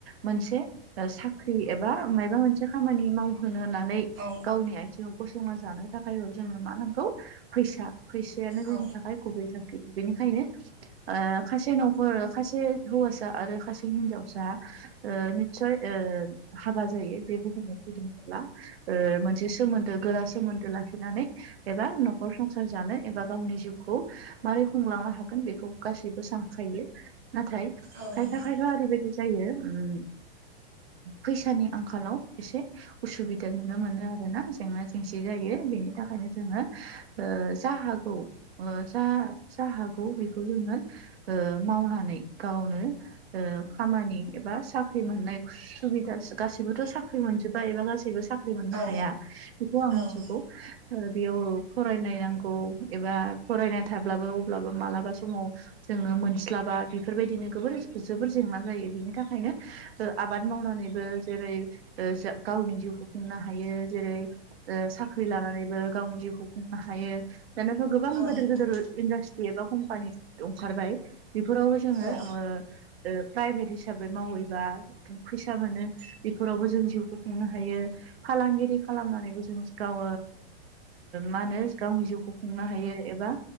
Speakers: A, on the right; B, on the right.
A: मोनसे साख्रि एबा माइबा मोनसे खामानि मावहोनो होननानै
B: औ
A: गावनि आथिङाव गसंना जानो थाखायबाबो जोंनो मा नांगौ फैसा फैसायानो जोंनि
B: औ
A: थाखाय गुबै थांखि बेनिखायनो ओ खासे न'खर खासे हौवासा आरो खासे हिन्जावसा ओ निसय ओ हाबा जायो बे बुहनाय फैदोंब्ला। मोनसे सोमोन्दो गोरा सोमोन्दो लाखिनानै एबा न'खर संसार जानो एबा गावनि जिउखौ मारोरै खुंलांनो हागोन बेखौ गासैबो सानखायो नाथाय
B: औ
A: खायफा
B: नोंथां
A: खायफा ओरैबायाददि जायो ओम फैसानि आंखालाव एसे उसुबिदा नुनो मोनो आरोना जेंना जेंसि जायो बेनि थाखायनो जोङो जा हागौ जा जा हागौ बेखौ जोंनो ओ मावनानै गावनो खामानि एबा साख्रि मोननाय सुबिदासो गासिबोथ' साख्रि ख्रि मोनजोबा एबा गासैबो साख्रि मोननो
B: औ
A: हाया बेखौ आं
B: औ
A: मिथिगौ।
B: नोंथां
A: ओ बेयाव फरायनाय नांगौ एबा फरायनाय थाब्लाबो अब्लाबो मालाबा समाव जोङो मोनस्लाबा बेफोरबायदिनो गोबोर जोबोर जेंना जायो। बेनि थाखायनो ओ आबाद मावनानैबो जेरै ओ जा गावनि जिउखौ खुंनो हायो। जेरै ओ साख्रि लानानैबो गावनि जिउखौ खुंनो हायो। दानाथ' गोबां
B: औ
A: गिदोर
B: नोंथां
A: गोदोर इन्डास्ट्रि एबा कम्पानि ओंखारबाय। बेफोरावबो जोङो
B: औ
A: ओ ओ प्राइभेट हिसाबै मावहैबा फैसा मोनो। बेफोरावबो जों जिउखौ खुंनो हायो फालांगिरि खालामनानैबो जों गाव मा होनो गावनि जिउखौ खुंनो हायो एबा